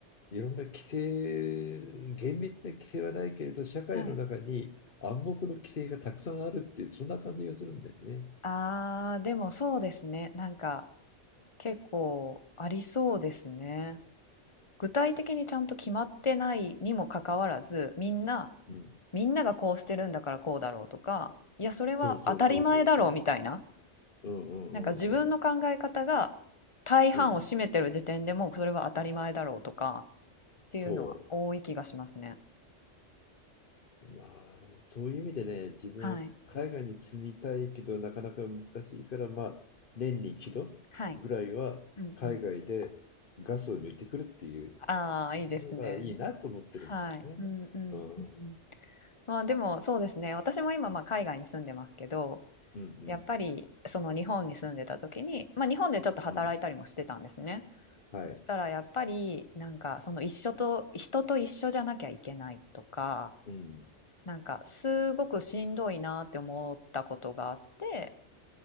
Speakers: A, on the left; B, on the left.
A: いろんな規制、厳密な規制はないけれど、社会の中に暗黙の規制がたくさんあるっていう、
B: はい。
A: そんな感じがするんだよね。
B: ああ、でもそうですね。なんか、結構ありそうですね。具体的にちゃんと決まってないにもかかわらず、みんな、
A: うん。
B: みんながこうしてるんだからこうだろうとか、いや、それは当たり前だろうみたいな。
A: そうそうそうそうそう。うんうんうんうん。
B: なんか自分の考え方が大半を占めてる時点でもうそれは当たり前だろうとか
A: うん。
B: っていうのは多い気がしますね。
A: そう。まあ、そういう意味でね、自分は海外に住みたいけど、
B: はい。
A: なかなか難しいから、まあ、年に一度ぐらいは海外でガスを抜いてくるっていう
B: はい。うんうん。ああ、いいですね。
A: のがいいなと思ってるんだよね。
B: はい。うんうんうんうん。
A: うん。うん
B: まあでもそうですね。私も今まあ海外に住んでますけど、
A: うん。
B: やっぱりその日本に住んでた時に、まあ日本でちょっと働いたりもしてたんですね。
A: うん。はい。
B: そしたらやっぱりなんかその一緒と人と一緒じゃなきゃいけないとか、
A: うん。
B: なんかすごくしんどいなって思ったことがあって